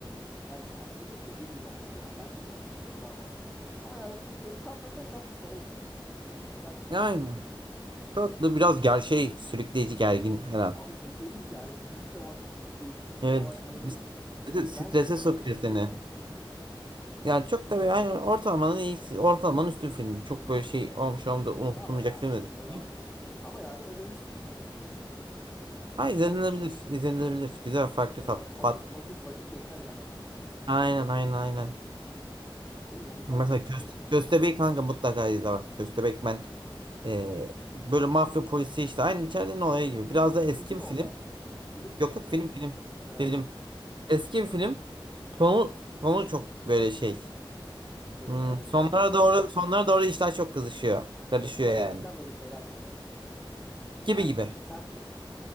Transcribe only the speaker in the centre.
Yani aslında dediğin gibi olması lazım. Bence de bence de o daha mantıklı olurmuş. Ama yani böyle tam da zaten, zaten çerezlik bir film. Güzel bir film.
Kanka sürükleyici bir gerginlik de var, bir sürükleyicilik
de var. Hani böyle bir
güzeldi
ya.
Tabii canım.
Tabii ya
kanka
öyle ağlamışan bir film değil. Ama yani önerirsin mesela birini izle diye. Hani sen de.
Hani
Va- vakit
vakit vakit geçer yani o filmde.
Değil mi? O güzel
bir film.
değil mi?
Di-
dizi
mi
o da? Film mi?
Ha
film.
Şey
yani böyle
beklenmedik.
Beklen
beklenmedik şeyler mi oluyor?
Ters
köşe, ters köşe mi?